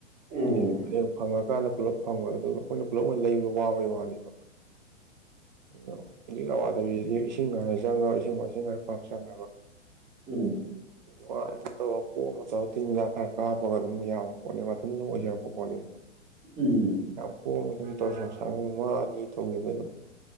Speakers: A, on the right (about 35°); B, on the right (about 20°).
A: ꯍꯥꯏꯗꯤ
B: ꯎꯝ
A: ꯍꯌꯦꯡ ꯐꯪꯉꯀꯥꯟꯗ ꯄꯨꯂꯞ ꯐꯪꯕ ꯑꯗꯨꯒ ꯑꯩꯈꯣꯏꯅ ꯄꯨꯂꯞ ꯑꯣꯏꯅ ꯂꯩꯕꯗ ꯋꯥꯕꯩ ꯋꯥꯅꯦꯕ ꯑꯗꯨꯅ ꯈꯨꯗꯤꯛ ꯑꯋꯥꯗꯕꯤꯗꯤ ꯏꯁꯤꯡ ꯉꯥꯏ ꯆꯪꯉꯣꯏ ꯏꯁꯤꯡꯥꯏ ꯏꯁꯤꯡ ꯉꯥꯏ ꯐꯥꯛ ꯆꯪꯉꯔꯣꯏ
B: ꯎꯝ
A: ꯎ ꯑꯣ ꯑ ꯇꯧꯔ ꯄꯣꯅ ꯇꯧꯔ ꯇꯤꯟꯒ ꯈꯔ ꯀꯥꯞꯄꯒ ꯑꯗꯨꯝ ꯌꯥꯕ ꯄꯣꯠꯅꯤ ꯃꯊꯟꯗ ꯑꯗꯨꯝ ꯑꯣꯏꯖꯔꯛꯄ ꯄꯣꯠꯅꯤꯗꯅ
B: ꯎꯝ
A: ꯌꯥꯝ ꯀꯣꯝꯅ ꯑꯗꯨꯝ ꯇꯧꯔ ꯁꯪ ꯁꯪꯒꯝ ꯑꯃ ꯑꯅꯤ ꯇꯧꯈꯤꯕ ꯑꯗꯨꯝ